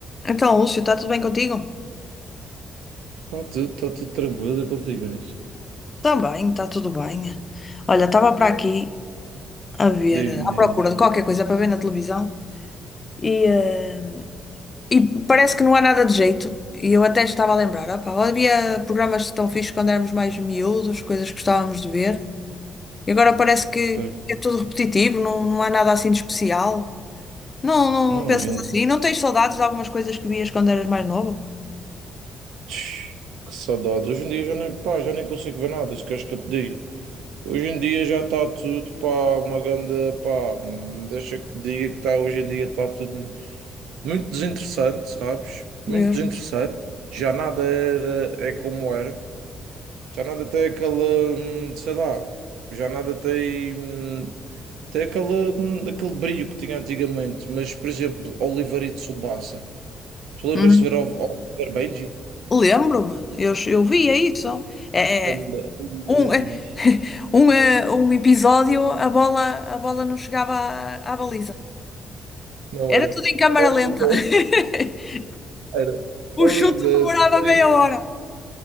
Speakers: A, on the left (about 30°); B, on the right (about 85°).
A: Então, Lúcio, está tudo bem contigo?
B: Está tudo, tá tudo tranquilo contigo, nisso.
A: Também, está tudo bem. Olha, estava para aqui a ver,
B: Diz-me,
A: eh, à procura
B: diz-me.
A: de qualquer coisa para ver na televisão e, eh, e parece que não há nada de jeito. E eu até estava a lembrar, opá, havia programas tão fixos quando éramos mais miúdos, coisas que gostávamos de ver. E agora parece que
B: Pá,
A: que é tudo repetitivo, não, não há nada assim de especial. Não, não
B: Não,
A: pensas
B: hoje em dia.
A: assim? Não tens saudades de algumas coisas que vias quando eras mais novo?
B: Tch, Que saudades. Hoje em dia já nem, pá, já nem consigo ver nada, se queres que eu te diga. Hoje em dia já está tudo, pá, uma grande, pá, hum, deixa que te diga que está, hoje em dia está tudo muito desinteressante, sabes?
A: Mesmo.
B: Muito desinteressante. Já nada era, é como era. Já nada tem aquela, hum, sei lá, já nada tem, hum, tem aquela, hum, aquele brilho que tinha antigamente. Mas, por exemplo, Oliver e Tsubasa. Tu lembras
A: Uhum.
B: de ver Ol- Oliver Benji?
A: Lembro-me, eu, eu via isso. É,
B: Anda-
A: é, Um,
B: Ih,
A: eh, <laughs> um, eh, um episódio, a bola, a bola não chegava à, à baliza.
B: Não
A: Era
B: era.
A: tudo em câmara
B: Oliver,
A: lenta. <laughs>
B: era.
A: O
B: Oliver
A: chute demorava
B: Benji.
A: meia hora.